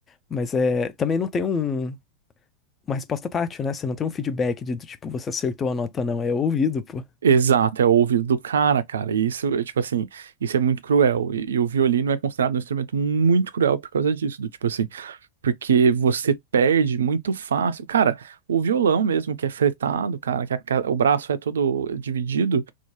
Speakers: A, on the left; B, on the right.
A: Mas é, também não tem um, uma resposta tátil, né? Você não tem um feedback de, do tipo, você acertou a nota, não. É ouvido, pô.
B: Exato, é o ouvido do cara, cara. E isso, é, tipo assim, isso é muito cruel. E, e o violino é considerado um instrumento muito cruel por causa disso, do tipo assim, porque você perde muito fácil. Cara, o violão mesmo, que é fretado, cara, que a ca- o braço é todo dividido.